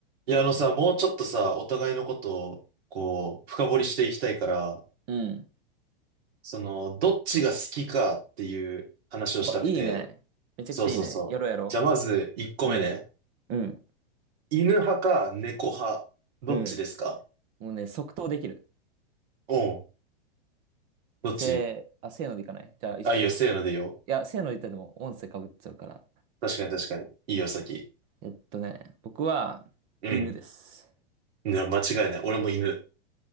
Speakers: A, on the right (about 85°); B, on the right (about 15°).
A: いや、あのさ、もうちょっとさ、お互いのことを、こう、深掘りしていきたいから、
B: うん。
A: その、どっちが好きかっていう話をしたくて、
B: お、いいね。めちゃくちゃいいね。
A: そうそうそう。
B: やろうやろ
A: じゃあ、まず、1個目ね。
B: ううん。うん。
A: 犬派か猫派、どっちですか
B: うん。もうね、即答できる。
A: おうん。どっち
B: せー、あ、せーのでいかないじゃあ、一緒。
A: あ、いいよ、せーのでいいよ。
B: いや、せーので言ったらでも音声かぶっちゃうから。
A: 確かに確かに。いいよ、先。
B: えっとね、僕は、
A: うん。
B: 犬です。
A: ね間違いない。俺も犬。